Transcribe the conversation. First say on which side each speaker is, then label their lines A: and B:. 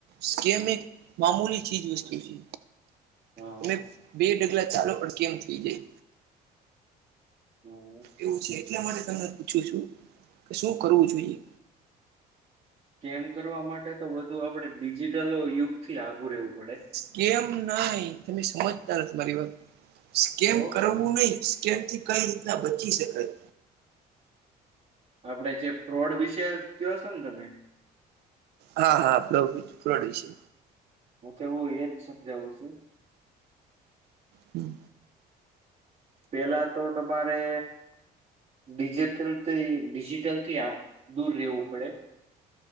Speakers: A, on the right (about 75°); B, on the right (about 40°).
A: સ્કેમ એ એક મામૂલી ચીજ વસ્તુ છે.
B: હા
A: તમે બે ડગલા ચાલો પણ કેમ થઇ જાય.
B: હમ
A: એવું છે એટલા માટે તને પૂછું છું કે શું કરવું જોઈએ?
B: સ્કેમ કરવા માટે તો વધુ આપડે ડિજિટલો યુગથી આઘું રહેવું પડે
A: કેમ નઈ, તમે સમજતા નથી મારી વાત સ્કેમ
B: તો
A: કરવું કરવું નઈ, સ્કેમથી કઈ રીતના બચી શકાય.
B: આપડે જે ફ્રોડ વિશે કયોસો ને તમે
A: હા હા <unintelligible> ફ્રોડ વિશે
B: હું કેવું એજ સમજાવું છું.
A: હમ્મ.
B: પેલા તો તમારે ડિજિટલથી ડિજિટલથી આ દૂર રહેેવું પડે.